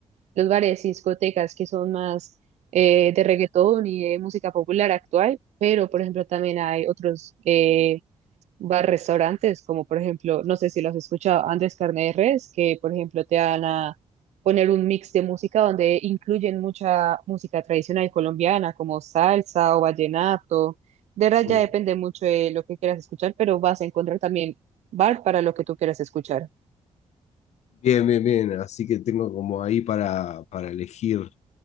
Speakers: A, on the right; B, on the left.
A: los bares y discotecas que son más eh, de reggaetón y de música popular actual, pero, por ejemplo, también hay otros eh, va a restaurantes, como por ejemplo, no sé si lo has escuchado, Andrés Carne de Res, que por ejemplo te van a poner un mix de música donde incluyen mucha música tradicional colombiana, como salsa o vallenato. De verdad
B: Mm.
A: ya depende mucho de lo que quieras escuchar, pero vas a encontrar también bar para lo que tú quieras escuchar.
B: Bien, bien, bien, así que tengo como ahí para, para elegir